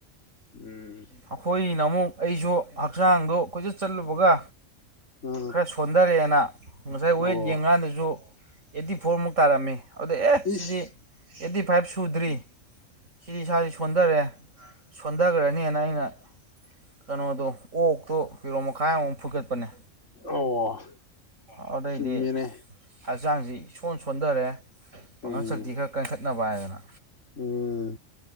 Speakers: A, on the left (about 70°); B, on the right (about 80°).
A: ꯎꯝ
B: ꯑꯩꯈꯣꯏꯅ ꯑꯃꯨꯛ ꯑꯩꯁꯨ ꯍꯛꯆꯥꯡꯗꯣ ꯀꯣꯏꯆꯠ ꯆꯠꯂꯨꯕꯒ
A: ꯑꯥ
B: ꯈꯔ ꯁꯣꯟꯊꯔꯦꯅ ꯉꯁꯥꯏ ꯋꯦꯠ
A: ꯑꯣ
B: ꯌꯦꯡꯉꯀꯥꯟꯗꯁꯨ ꯑꯩꯠꯇꯤ ꯐꯣꯔꯃꯨꯛ ꯇꯥꯔꯝꯃꯤ ꯑꯗꯨꯗ ꯑꯦ ꯁꯤꯗꯤ
A: ꯏꯁ
B: ꯑꯩꯠꯇꯤ ꯐꯥꯏꯚ ꯁꯨꯗ꯭ꯔꯤ ꯁꯤꯗꯤ ꯏꯁꯥꯁꯤ ꯁꯣꯟꯊꯔꯦ ꯁꯣꯟꯊꯈ꯭ꯔꯅꯦꯅ ꯑꯩꯅ ꯀꯩꯅꯣꯗꯣ ꯑꯣꯛꯇꯣ ꯀꯤꯂꯣ ꯃꯈꯥꯏꯃꯨꯛ ꯐꯨꯀꯠꯄꯅꯦ
A: ꯑꯣ
B: ꯑꯗꯨꯗꯩꯗꯤ
A: ꯆꯨꯝꯃꯤꯅꯦ
B: ꯍꯛꯆꯥꯡꯁꯤ ꯏꯁꯣꯟ ꯁꯣꯟꯊꯔꯦ ꯄꯥꯡꯒꯟ
A: ꯎꯝ
B: ꯁꯛꯇꯤ ꯈꯔ ꯀꯟꯈꯠꯅꯕ ꯍꯥꯏꯗꯅ
A: ꯎꯝ